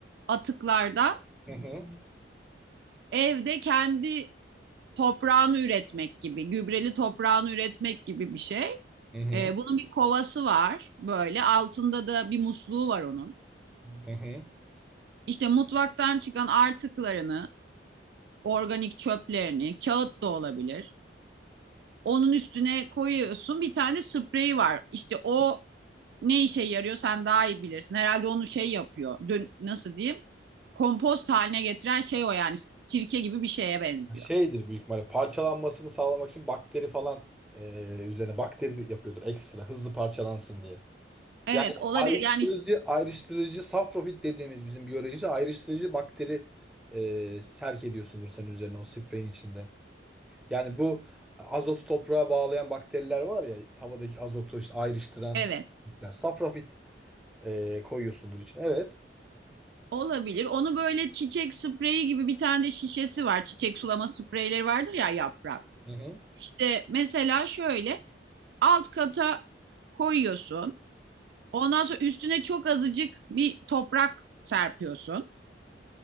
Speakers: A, on the right; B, in the centre.
A: atıklardan
B: Hı hı.
A: evde kendi toprağını üretmek gibi, gübreli toprağını üretmek gibi bir şey.
B: Hı hı.
A: E, bunun bir kovası var böyle altında da bir musluğu var onun.
B: Hı hı.
A: İşte mutfaktan çıkan artıklarını organik çöplerini, kağıt da olabilir. Onun üstüne koyuyorsun bir tane spreyi var. İşte o ne işe yarıyor sen daha iyi bilirsin. Herhalde onu şey yapıyor. Dün nasıl diyeyim? Kompost haline getiren şey o yani. Sirke gibi bir şeye benziyor.
B: Şeydir büyük ihtimalle parçalanmasını sağlamak için bakteri falan eee, üzerine bakteri de yapıyordur ekstra hızlı parçalansın diye.
A: Evet
B: Yani
A: olabilir
B: ayrıştırıcı
A: yani
B: ayrıştırıcı safrofit dediğimiz bizim biyolojici ayrıştırıcı bakteri eee serk ediyorsundur senin üzerine o spreyin içinde. Yani bu azotu toprağa bağlayan bakteriler var ya havadaki azotu işte ayrıştıran
A: evet
B: safrafitler. Safrafit e, koyuyorsundur içine. Evet.
A: olabilir. Onu böyle çiçek spreyi gibi bir tane de şişesi var. Çiçek sulama spreyleri vardır ya yaprak.
B: Hı hı.
A: İşte mesela şöyle alt kata koyuyorsun. Ondan sonra üstüne çok azıcık bir toprak serpiyorsun.